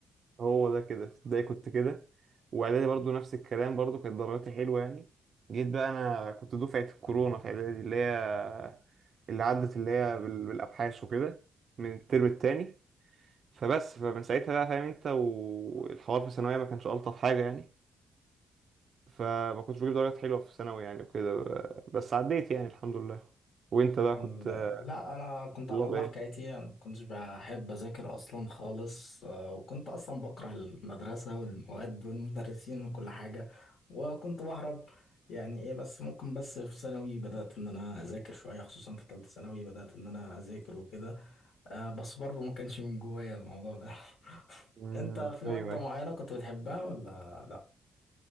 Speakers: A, on the right; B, on the left.
A: هو ده كده في ابتدائي كنت كده واعدادي برضو نفس الكلام برضو كانت درجاتي حلوه يعني جيت بقى انا كنت دفعه الكورونا في اعدادي اللي هي اللي عدت اللي هي بال- بالابحاث وكده من الترم التاني فبس فمن ساعتها بقى فاهم انت والحوار في ثانويه ما كانش الطف حاجه يعني فما كنتش بجيب درجات حلوة في ثانوي يعني وكده ب- بس عديت يعني الحمد لله وانت
B: الحمد
A: بقى كنت
B: لله لا انا كنت
A: طلاب
B: على الله
A: ايه؟
B: حكايتي انا ما كنتش بحب اذاكر اصلا خالص آه، وكنت اصلا بكره المدرسه والمواد والمدرسين وكل حاجه وكنت بهرب يعني ايه بس ممكن بس في ثانوي بدات ان انا اذاكر شويه خصوصا في ثالثه ثانوي بدات ان انا اذاكر وكده آه، بس برضه ما كانش من جوايا الموضوع ده <laughs>
A: امم
B: انت في
A: ايوه
B: ماده
A: ايوه
B: معينه كنت بتحبها ولا لا